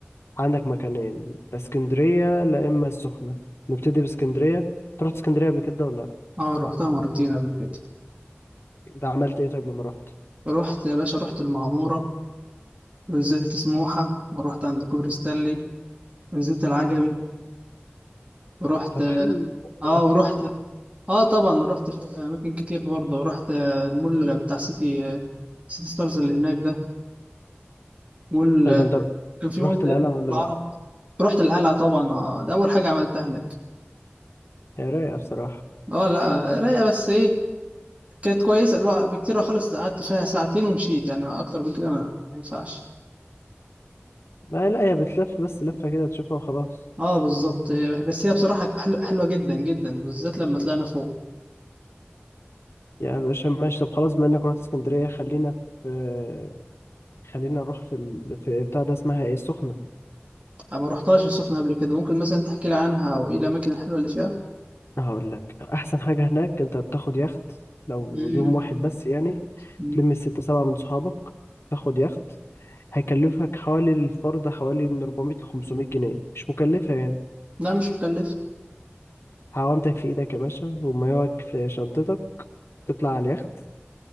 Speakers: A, on the left; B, on the right.
A: عندك مكانين لا اسكندريه لا اما السخنه نبتدي باسكندريه انت رحت اسكندريه قبل كده ولا لا
B: اه رحتها مرتين قبل كده
A: ده عملت ايه طيب لما رحت
B: رحت يا باشا رحت المعموره ونزلت سموحه ورحت عند كوبري ستانلي ونزلت العجمي ورحت
A: طب حلو انت
B: اه
A: لفيت
B: ورحت اه طبعا رحت في اماكن كتير برضه رحت آه، المول بتاع سيتي آه، سيتي ستارز اللي هناك ده مول
A: طيب
B: آه،
A: انت
B: كان في
A: رحت
B: مول تقريبا
A: القلعه ولا
B: العرب
A: لا
B: رحت القلعه طبعا آه، ده اول حاجه عملتها هناك
A: هي رايقه بصراحه
B: اه لا رايقه بس ايه كانت كويسه اللي هو بكتير خالص قعدت فيها ساعتين ومشيت يعني اكتر من كده ما ما ينفعش
A: ما لا هي بتلف بس لفه كده تشوفها وخلاص
B: اه بالظبط آه، بس هي بصراحه حلو- حلوه جدا جدا بالذات لما طلعنا فوق
A: يا باشا ماشي طب خلاص بما انك رحت اسكندرية خلينا في خلينا نروح في ال... في بتاع ده اسمها ايه السخنة
B: أنا ما رحتهاش السخنه قبل كده ممكن مثلا تحكي لي عنها او ايه الاماكن الحلوه اللي فيها
A: هقول لك احسن حاجة هناك انت بتاخد يخت لو
B: مم.
A: يوم واحد بس يعني
B: مم.
A: تلم الستة سبعة من صحابك تاخد يخت هيكلفك حوالي الفرد حوالي من 400 ل 500 جنيه مش مكلفة يعني
B: لا مش مكلف
A: هوامتك في ايدك يا باشا ومايوعك في شنطتك تطلع على اليخت